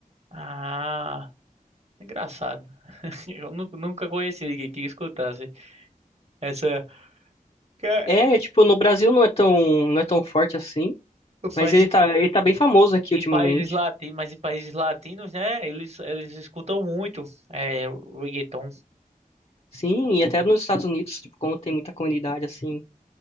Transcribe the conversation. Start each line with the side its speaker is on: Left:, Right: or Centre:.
Right: Ah. Engraçado. <laughs> Eu nu- nunca conheci ninguém que escutasse essa. que é-
Left: É, tipo, no Brasil não é tão, não é tão forte assim,
Right: Mas
Left: mas ele
Right: em
Left: tá, ele tá bem famoso aqui
Right: em
Left: ultimamente.
Right: países latinos, mas em países latinos, né? Eles, eles escutam muito é, reggaeton.
Left: Sim, e até nos Estados Unidos, tipo, como tem muita comunidade, assim,